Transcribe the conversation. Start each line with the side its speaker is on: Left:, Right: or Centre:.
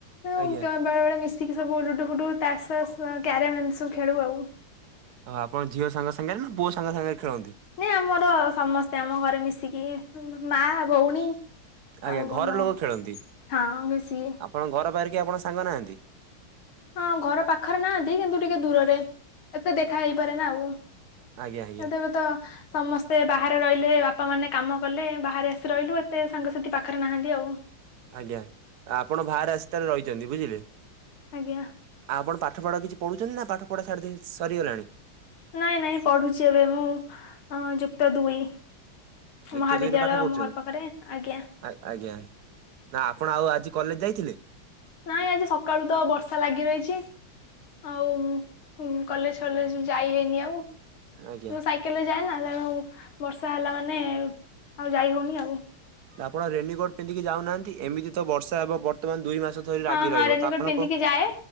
Left: ବେଳେ
Right: ଆଜ୍ଞା
Left: ବେଳେ ମିଶିକି ସବୁ ଲୁଡୁ ଫୁଡୁ ତାସ୍ ଫାସ୍ କ୍ୟାରମ ସବୁ ଖେଳୁ ଆଉ।
Right: ହ ଆପଣ ଝିଅ ସାଙ୍ଗ ସାଙ୍ଗରେ ନା ପୁଅ ସାଙ୍ଗ ସାଙ୍ଗରେ ଖେଳନ୍ତି?
Left: ନାଇ ଆମର ସମସ୍ତେ ଆମ ଘରେ ମିଶିକି ମା ଭଉଣୀ।
Right: ଆଜ୍ଞା
Left: ଆଉ
Right: ଘର
Left: ଆମ
Right: ଲୋକ ଖେଳନ୍ତି।
Left: ହଁ ମିଶିକି।
Right: ଆପଣ ଘର ପାଖରେ କେହି ଆପଣ ସାଙ୍ଗ ନାହାନ୍ତି?
Left: ହଁ ଘର ପାଖରେ ନାହାନ୍ତି କିନ୍ତୁ ଟିକେ ଦୂରରେ ଏତେ ଦେଖା ହେଇପାରେ ନା ଆଉ।
Right: ଆଜ୍ଞା ଆଜ୍ଞା
Left: ସେ ଦେବେ ତ ସମସ୍ତେ ବାହାରେ ରହିଲେ ବାପା ମାନେ। କାମ କଲେ ବାହାରେ ଆସି ରହିଲୁ ଏତେ ସାଙ୍ଗସାଥି ପାଖରେ ନାହାନ୍ତି ଆଉ।
Right: ଆଜ୍ଞା ଆପଣ ବାହାରେ ଆସି ତାରେ ରହିଛନ୍ତି ବୁଝିଲେ।
Left: ଆଜ୍ଞା।
Right: ଆଉ ଆପଣ ପାଠପଢ଼ କିଛି ପଢ଼ୁଛନ୍ତି ନା ପାଠ ପଢା ସାଡି ଦେଇ ସରିଗଲାଣି।
Left: ନାଇଁ ନାଇଁ ପଢୁଛି ଏବେ ମୁଁ ଯୁକ୍ତ ଦୁଇ।
Right: ଯୁକ୍ତ
Left: ମହାବିଦ୍ୟାଳୟ
Right: ଦୁଇରେ ପାଠ ପଢୁଛନ୍ତି?
Left: ଆମ ଘର ପାଖରେ ଆଜ୍ଞା।
Right: ଆ ଆଜ୍ଞା ନା ଆପଣ ଆଉ ଆଜି କଲେଜ ଯାଇଥିଲେ?
Left: ନାଇଁ ଆଜି ସକାଳୁ ତ ବର୍ଷା ଲାଗି ରହିଛି ଆଉ କଲେଜ ଫଲେଜ ଯାଇ ହେଇନି ଆଉ
Right: ଆଜ୍ଞା
Left: ସାଇକେଲେ ଯାଏନା ତେଣୁ ବର୍ଷା ହେଲା ମାନେ ଆଉ ଯାଇ ହଉନି ଆଉ।
Right: ଆପଣ ରେନିକୋଟ ପିନ୍ଧିକି ଯାଉନାହାନ୍ତି ଏମିତି ତ ବର୍ଷା ହେବ ବର୍ତ୍ତମାନ ଦୁଇ ମାସ ଧରି ଲାଗି
Left: ହଁ ହଁ
Right: ରହିବ
Left: ରେନିକୋଟ
Right: ତ ଆପଣ
Left: ପିନ୍ଧିକି
Right: କ
Left: ଯାଏ